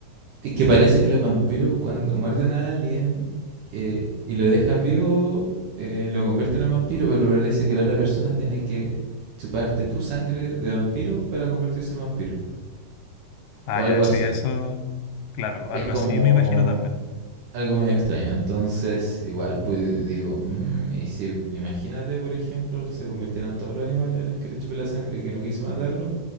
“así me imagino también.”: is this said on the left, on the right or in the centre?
Left